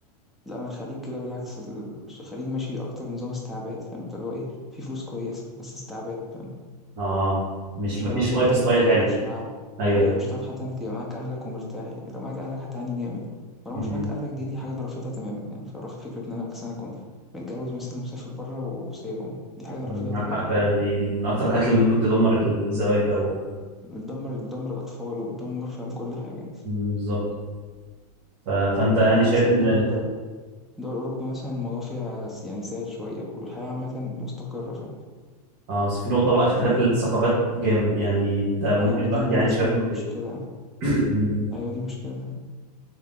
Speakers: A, in the centre; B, on the right (about 45°).
A: لا أنا الخليج لا بالعكس الخليج ماشي أكتر بنظام استعباد فاهم أنت اللي هو إيه في فلوس كويسة بس استعباد فاهم
B: اه مش
A: مش
B: مفيش
A: هتعرف حتى
B: لايف ستايل
A: انك تبقى
B: حلو
A: عايش معاهم
B: ايوه
A: ايوه
B: ايوه
A: مش هتعرف حتى انك تبقى معاك اهلك ومرتاح يعني لو معاك اهلك هتعاني جامد ولو
B: مم.
A: مش معاك اهلك دي دي حاجه انا رافضها تماما يعني فرافض فكره ان انا مثلا اكون متجوز مثلا ومسافر بره وسايبهم دي حاجه انا
B: مم،
A: رافضها
B: معاك
A: تماما
B: حق فعلا
A: فاهم
B: دي دي من اكتر الحاجات اللي ممكن تدمر الزواج او
A: بتدمر بتدمر الاطفال وبتدمر فاهم كل حاجه
B: مم، بالظبط ف... فانت يعني
A: انك
B: شايف
A: مثلا
B: ان
A: دول دول اوروبا مثلا الموضوع فيها س- يعني سهل شويه والحياه عامه مستقره فاهم
B: اه بس في نقطة بقى اختلاف
A: يعني
B: الثقافات جامد يعني انت ممكن
A: ايوه ما
B: الواحد
A: دي دي
B: يعني
A: مثلا
B: شايف النقطة
A: مشكله
B: دي <coughs> <clears throat> مم.
A: ايوه دي مشكله فاهم